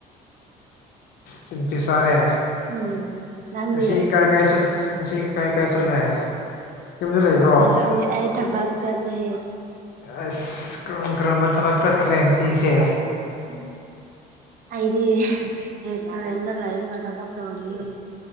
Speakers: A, on the left; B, on the right.
A: ꯆꯤꯟꯄꯤꯤꯁꯔꯦ
B: ꯎꯝ ꯅꯪꯗꯤ
A: ꯉꯁꯤ ꯀꯥꯏ ꯀꯥꯏ ꯆꯠ ꯉꯁꯤ ꯀꯥꯏ ꯀꯥꯏ ꯆꯠꯂꯦ ꯌꯨꯝꯗ ꯂꯩꯕ꯭ꯔꯣ
B: ꯉꯁꯤ ꯑꯩ ꯊꯕꯛ ꯆꯠꯂꯦ
A: ꯑꯁ ꯀꯔꯝ ꯀꯔꯝꯕ ꯊꯕꯛ ꯆꯠꯈ꯭ꯔꯦ ꯉꯁꯤꯒꯤꯁꯦ
B: ꯎꯝ ꯑꯩꯗꯤ ꯔꯦꯁꯇꯣꯨꯔꯦꯟ ꯂ ꯏꯔꯒ ꯊꯕꯛ ꯇꯧꯔꯤ